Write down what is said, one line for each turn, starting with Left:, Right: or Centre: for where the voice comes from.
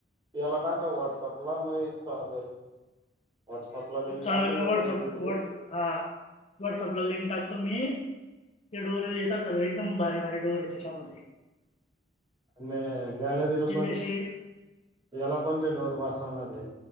Right: याला टाका व्हॉट्सअपला मग इस्टाला जाईल व्हॉट्सअपला लिंक
Left: चालेल
Right: टाकून
Left: मी
Right: द्या
Left: व्हॉट्सअप
Right: कोणती ती
Left: हा व्हॉट्सअपला लिंक टाकतो मी हे डोर येत सर्व एकदम भारी भारी डोर त्यामध्ये.
Right: म गॅलरी ल कोण
Left: असे
Right: एला कोते डोर बसवनारे.